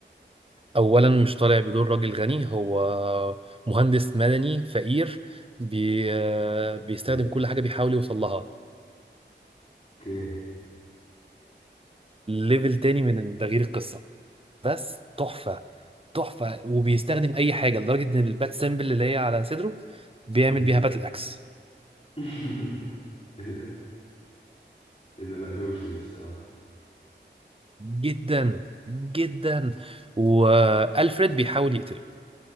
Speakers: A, on the right; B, on the left.
A: اولا مش طالع بدور راجل غني هو مهندس مدني فقير بي بيستخدم
B: ايه ده
A: كل حاجه بيحاول يوصل لها
B: اوكي
A: ليفل تاني من تغيير القصه بس تحفه تحفه وبيستخدم اي حاجه لدرجه ان البات سيمبل اللي هي على صدره بيعمل
B: مم.
A: بيها باتل اكس
B: <laughs> ايه ده ايه ده لا روشة دي الصراحة
A: جدا جدا والفريد بيحاول يقتله